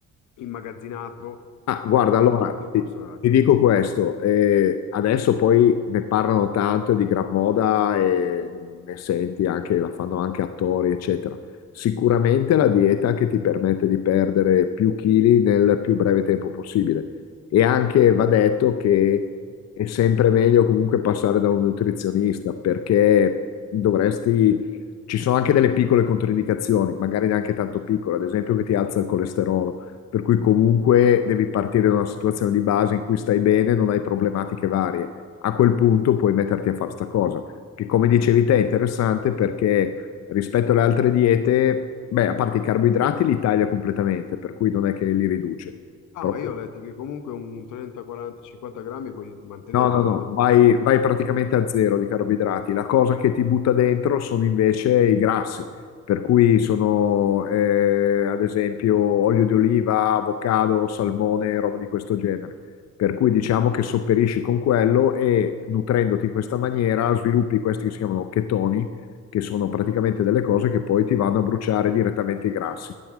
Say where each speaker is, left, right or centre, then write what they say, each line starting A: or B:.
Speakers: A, on the left (about 80°); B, on the left (about 60°).
A: immagazzinato
B: Ah, guarda,
A: eh,
B: allora
A: durante il
B: ti,
A: corso della
B: ti
A: vita.
B: dico questo, eh, adesso poi ne parlano tanto di gran moda e ne senti anche, la fanno anche attori, eccetera. Sicuramente la dieta che ti permette di perdere più chili nel più breve tempo possibile. E anche va detto che è sempre meglio comunque passare da un nutrizionista perché dovresti... Ci sono anche delle piccole controindicazioni, magari neanche tanto piccole, ad esempio che ti alza il colesterolo per cui comunque devi partire da una situazione di base in cui stai bene, non hai problematiche varie. A quel punto puoi metterti a fare sta cosa, che come dicevi te è interessante perché rispetto alle altre diete, beh, a parte i carboidrati li taglia completamente, per cui non è che li riduce.
A: Ah,
B: Però
A: ma io ho letto che comunque un 30, 40, 50 grammi puoi mantenerli,
B: No, no,
A: no?
B: no,
A: Ho detto,
B: vai, vai praticamente a zero di carboidrati. La cosa che ti butta dentro sono invece i grassi, per cui sono eh, ad esempio olio di oliva, avocado, salmone, roba di questo genere. Per cui diciamo che sopperisci con quello e nutrendoti in questa maniera sviluppi questi che si chiamano chetoni, che sono praticamente delle cose che poi ti vanno a bruciare direttamente i grassi.